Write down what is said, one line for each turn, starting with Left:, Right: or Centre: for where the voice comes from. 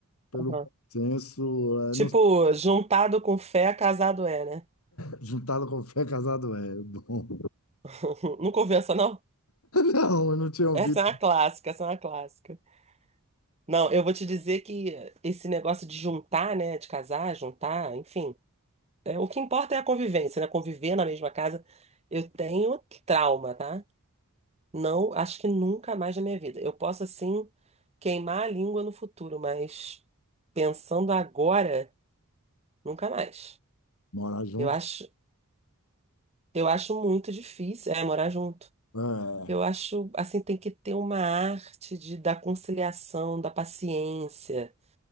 Left: pelo
Right: Aham.
Left: senso
Right: Tipo,
Left: eh, não
Right: juntado com fé, casado é, né?
Left: juntado com fé, casado é bom.
Right: <laughs> Não convença, não?
Left: Não, eu não tinha ouvido
Right: Essa é uma clássica, essa é uma clássica. Não, eu vou te dizer que esse negócio de juntar, né, de casar, juntar, enfim, é, o que importa é a convivência, né? Conviver na mesma casa. Eu tenho trauma, tá? Não, acho que nunca mais na minha vida. Eu posso assim queimar a língua no futuro, mas pensando agora, nunca mais.
Left: morar junto.
Right: Eu acho, eu acho muito difícil, é, morar junto.
Left: É,
Right: Eu acho assim tem que ter uma arte de da conciliação, da paciência.